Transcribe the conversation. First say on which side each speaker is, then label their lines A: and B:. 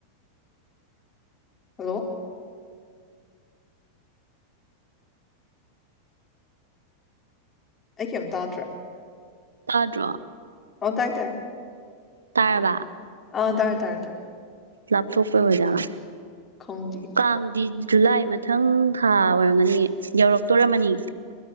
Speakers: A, on the left; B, on the right.
A: ꯍꯜꯂꯣ ꯑꯩ ꯀꯩꯝ ꯇꯥꯗ꯭ꯔꯦ
B: ꯁꯥꯥꯗ꯭ꯔꯣ
A: ꯍ ꯇꯥꯏ ꯇꯥꯏ
B: ꯇꯥꯏꯔꯕ
A: ꯑꯥ ꯇꯥꯏꯦ ꯇꯥꯏꯦ ꯇꯥꯏ
B: ꯂꯥꯞꯊꯣꯛꯄꯩ ꯑꯣꯏꯖꯥꯅ
A: ꯈꯪꯗꯤꯌꯦ
B: ꯀꯥꯡꯗꯤ ꯖꯨꯂꯥꯏ ꯃꯊꯪ ꯊꯥ ꯑꯣꯏꯔꯝꯒꯅꯤ ꯌꯧꯔꯛꯇꯣꯔꯝꯃꯅꯤ